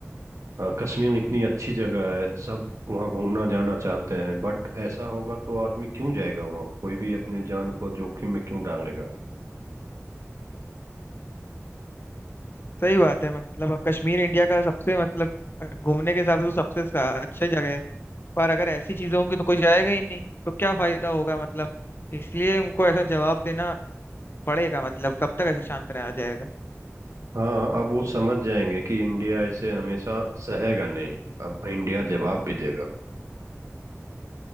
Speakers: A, on the right; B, on the left.
A: अ, कश्मीर इतनी अच्छी जगह है सब वहाँ घूमना जाना चाहते हैं बट ऐसा होगा तो आदमी क्यों जाएगा वहाँ कोई भी अपने जान को जोखिम में क्यों डालेगा
B: सही बात है मतलब अब कश्मीर इंडिया का सबसे मतलब घूमने के हिसाब से तो सबसे सा- अच्छी जगह है पर अगर ऐसी चीजें होंगी तो कोई जाएगा ही नहीं तो क्या फायदा होगा मतलब इसलिए उनको ऐसा जवाब देना पड़ेगा मतलब कब तक ऐसे शांत रहा जाएगा
A: हाँ अब वो समझ जाएंगे कि इंडिया ऐसे हमेशा सहेगा नहीं अब इंडिया जवाब भी देगा